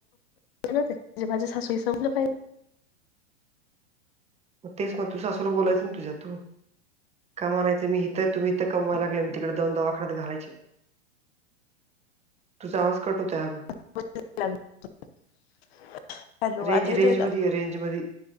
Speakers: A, on the left; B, on the right.
A: माझ्या सासू संजलं पाहिजे
B: तेच म त सासूला बोलायचं ना तुझ्या तू कमायं मी इथं तुम् इथं कमावाय लागले तिकडे दन दवाखडत घालायचे तुझा आवाज कट होतय अगं.
A: <unintelligible> हॅलो
B: रेंज
A: आता येतोय
B: रेंज
A: का?
B: म रेंज म